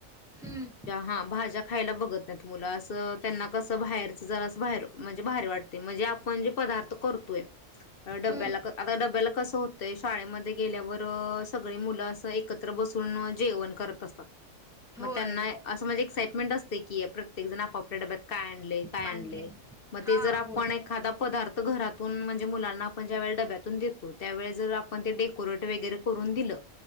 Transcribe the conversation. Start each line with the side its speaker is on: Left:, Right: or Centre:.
Centre: हम्म
Left: हा भाज्या खायला बघत नाहीत मुलं असं त्यांना कसं बाहेरच जरा असं बाहेर म्हणजे बाहेर वाटतय म्हणजे जे आपण पदार्थ करतोय डब्याला
Centre: हम्म
Left: आता डब्याला कस होतय शाळेमध्ये गेल्यावर सगळी मुलं अस एकत्र बसून जेवण करत असतात मग
Centre: होय
Left: त्यांना असं म्हणजे एक्साइटमेंट असते की प्रत्येक जण आपापल्या डब्यात काय आणले काय
Centre: कांडले
Left: आणले मग
Centre: हा
Left: ते जर आपण
Centre: होय
Left: आणि एखादा पदा घरातून म्हणजे मुलांना आपण ज्या वेळी डब्यातून देतो त्यावेेळे जर आपण ते डेकोेरेट वगैरे करून दिल